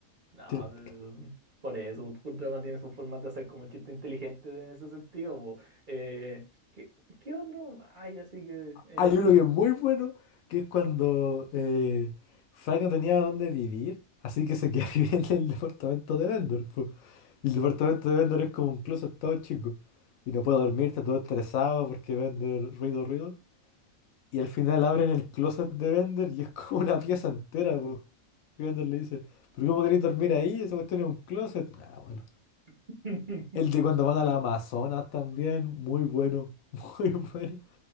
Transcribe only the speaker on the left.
Tiene-
Hay uno que es muy bueno, que es cuando eh, Fry no tenía dónde vivir, así que se quedó <laughs> viviendo en el departamento de Vendor, po. Y el departamento de Vendor es como un closet todo chico. Y no puede dormir, está todo estresado porque Vendor ruido, ruido. Y al final abren el closet de Bender y es como una pieza entera, po. Y Bender le dice, ¿pero cómo queréis dormir ahí? Esa cuestión es un closet. Ah, bueno.
El de cuando van a la Amazonas también, muy bueno, <laughs> muy bueno.